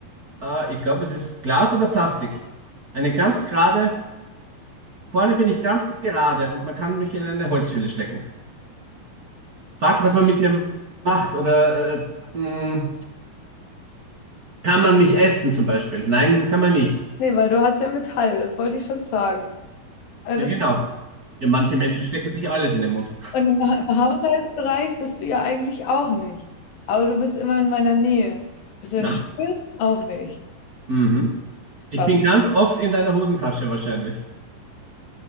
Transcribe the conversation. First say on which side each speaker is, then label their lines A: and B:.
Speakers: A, on the right; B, on the left.
A: äh, ich glaube, es ist Glas oder Plastik. Eine ganz gerade, vorne bin ich ganz gerade und man kann mich in eine Holzhülle stecken. Frag, was man mit mir macht oder äh, mh, kann man mich essen zum Beispiel? Nein, kann man nicht.
B: nee, weil du hast ja Metall, das wollte ich schon fragen. Also
A: Ja,
B: das,
A: genau. Ja, manche Menschen stecken sich alles in den Mund.
B: und im, Ha- im Haushaltsbereich bist du ja eigentlich auch nicht. Aber du bist immer in meiner Nähe. Bist du
A: Na,
B: ein Stuhl? Auch nicht.
A: Mhm. Ich
B: Was?
A: bin ganz oft in deiner Hosentasche wahrscheinlich.